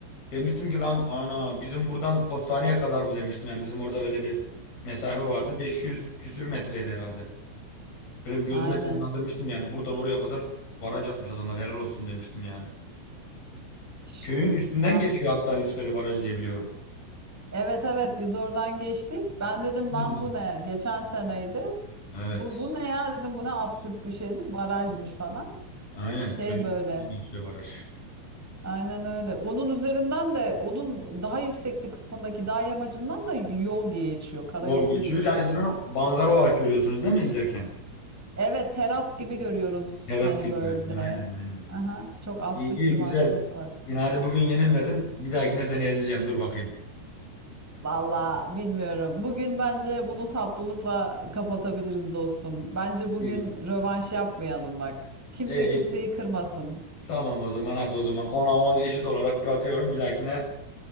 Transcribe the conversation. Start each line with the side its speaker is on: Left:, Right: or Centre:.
Left: Demiştim ki lan ana bizim buradan postaneye kadar mı demiştim. Yani bizim orada öyle bir mesafe vardı. 500 küsür metreydi herhalde. Böyle bir gözümde
Centre: Aynen.
Left: canlandırmıştım yani. Buradan oraya kadar baraj yapmış adamlar helal olsun demiştim yani.
Centre: Şşt,
Left: Köyün üstünden
Centre: ne yapacağım?
Left: geçiyor hatta Yusufeli Barajı diye biliyorum.
Centre: Evet evet biz oradan geçtik. Ben dedim
Left: Bilir
Centre: lan
Left: misin?
Centre: bu ne? Geçen seneydi.
Left: Evet.
Centre: Bu, bu ne ya dedim bu ne absürt bir şeydir. Barajmış falan.
Left: Aynen
Centre: Şey
Left: köyün
Centre: böyle.
Left: üstünden geçiyor baraj.
Centre: Aynen öyle. Onun üzerinden de onun daha yüksek bir kısmındaki dağ yamacından da yol geçiyor. Karayolu
Left: Yol geçiyor.
Centre: geçiyor.
Left: Yani siz bunu manzara olarak görüyorsunuz değil mi izlerken?
Centre: Evet teras gibi görüyoruz.
Left: Teras
Centre: Hani
Left: gibi
Centre: böyle.
Left: görünüyor. Aynen aynen.
Centre: Aha, çok absürt
Left: İyi, iyi
Centre: bir manzarası
Left: güzel.
Centre: var.
Left: Yani hadi bugün yenilmedin. Bir dahakine seni ezeceğim. Dur bakayım.
Centre: Valla bilmiyorum. Bugün bence bunu tatlılıkla kapatabiliriz dostum. Bence bugün
Left: İyi.
Centre: rövanş yapmayalım bak. Kimse
Left: İyi.
Centre: kimseyi kırmasın.
Left: Tamam o zaman hadi o zaman ona 10 eşit olarak bırakıyorum. Bir dahakine